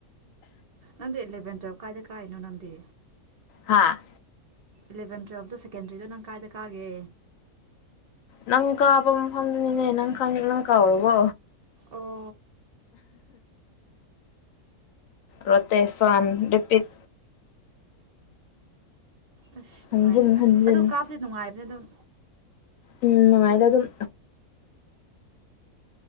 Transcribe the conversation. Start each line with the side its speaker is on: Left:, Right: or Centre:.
Right: ꯅꯪꯗꯤ ꯏꯂꯕꯦꯟ ꯇ꯭ꯋꯦꯜ ꯀꯥꯏꯗ ꯀꯥꯏꯅꯣ ꯅꯪꯗꯤ
Left: ꯍꯥꯥ
Right: ꯏꯂꯚꯦꯟ ꯇ꯭ꯨꯋꯦꯜꯞꯇ ꯁꯦꯀꯦꯟꯗ꯭ꯔꯤꯗ ꯅꯪ ꯀꯥꯏꯗ ꯀꯥꯒꯦ
Left: ꯅꯪ ꯀꯥꯕ ꯃꯐꯝꯗꯨꯅꯤꯅꯦ ꯅꯪ ꯈꯪ ꯅꯪ ꯀꯥꯎꯔꯕꯣ
Right: ꯑꯣ
Left: ꯔꯣꯇꯦꯁꯟ ꯔꯤꯄꯤꯠ
Right: ꯑꯁ ꯅꯨꯡꯉꯥꯏꯔꯦ
Left: ꯍꯟꯖꯤꯟ
Right: ꯑꯁ
Left: ꯍꯟꯖꯤꯟ
Right: ꯑꯗꯨ ꯀꯥꯞꯄꯗꯤ ꯅꯨꯡꯉꯥꯏꯕꯅꯦ ꯑꯗꯨꯝ
Left: ꯎꯝ ꯅꯨꯉꯥꯏꯗ ꯑꯗꯨꯝ